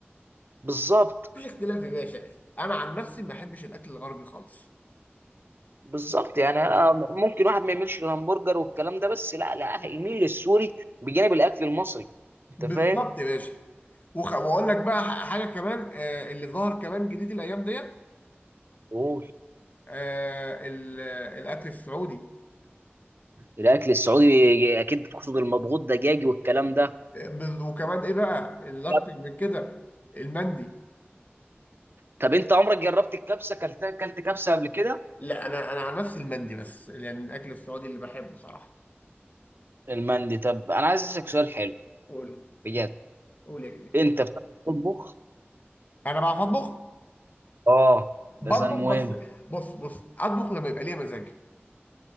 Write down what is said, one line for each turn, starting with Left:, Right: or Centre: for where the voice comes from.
Right: بالظبط
Left: مفيش اختلاف يا باشا انا عن نفسي ما بحبش الاكل الغربي خالص
Right: بالظبط يعني انا ممكن واحد ما يميلش للهمبرجر والكلام ده بس لا لا هيميل للسوري بجانب الاكل المصري انت
Left: بالظبط
Right: فاهم؟
Left: يا باشا وخ... واقول لك بقى ح- حاجه كمان آه اللي ظهر كمان جديد الايام ديت
Right: قول
Left: آه ال... آه، الاكل السعودي
Right: الاكل السعودي اكيد بتقصد المضغوط دجاجي والكلام ده
Left: آه، بز... وكمان ايه بقى اللي اكتر
Right: طب
Left: من كده المندي
Right: طب انت عمرك جربت الكبسه اكلتها اكلت كبسه قبل كده
Left: لا انا انا عن نفسي المندي بس يعني الاكل السعودي اللي بحبه صراحه
Right: المندي طب انا عايز اسالك سؤال حلو
Left: قول
Right: بجد
Left: قول يا كبير
Right: انت بتعرف تطبخ
Left: انا بعرف اطبخ
Right: اه
Left: بطبخ
Right: بس المهم
Left: بس بص بص اطبخ لما يبقى ليا مزاج